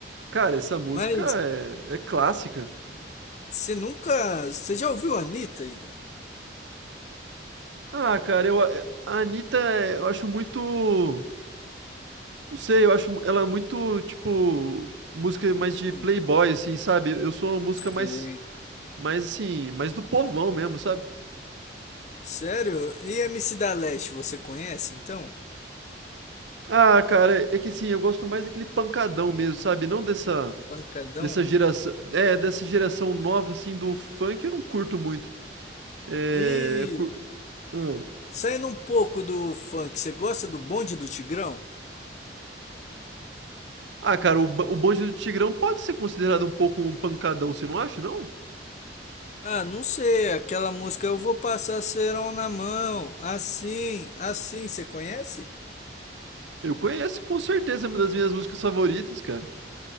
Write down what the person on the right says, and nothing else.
Cara, essa música
é, é clássica.
Ah, cara, eu, a a Anitta, é- eu acho muito. Não sei, eu acho ela muito, tipo, música mais de
playboy, assim, sabe? Eu sou música
mais, mais assim, mais do povão mesmo, sabe?
Ah, cara, é que assim, eu gosto mais daquele pancadão mesmo, sabe? Não dessa
Dessa geração, é, dessa geração nova, assim, do funk, eu não curto muito. É,
cur- hum.
Ah, cara, o, ba- o Bonde do Tigrão pode ser considerado um pouco um pancadão, você não acha, não?
Eu conheço com certeza uma das minhas músicas favoritas, cara.